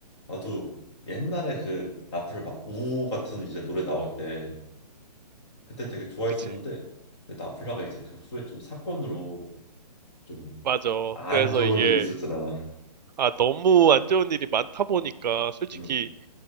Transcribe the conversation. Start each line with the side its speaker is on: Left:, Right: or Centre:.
Left: 나도 옛날에 그 나플라 막 우우 같은 이제 노래 나올 때 그때 되게 좋아했었는데
Right: 그치?
Left: 근데 나플라가 이제 그 후에 좀 사건으로 좀
Right: 맞아.
Left: 안
Right: 그래서
Left: 좋은
Right: 이게
Left: 일이 있었잖아.
Right: 아 너무 안 좋은 일이 많다 보니까 솔직히
Left: 응,